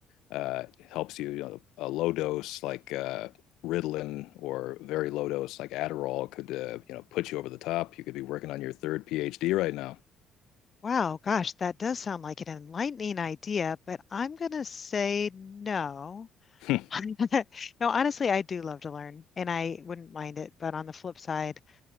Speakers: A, on the left (about 85°); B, on the left (about 35°).
A: uh, helps you. You know, a low dose like uh, Ritalin or very low dose like Adderall could uh, you know put you over the top. You could be working on your third PhD right now.
B: Wow, gosh, that does sound like an enlightening idea, but I'm gonna say no.
A: <laughs> oh
B: <laughs> No, honestly, I do love to learn and I wouldn't mind it, but on the flip side,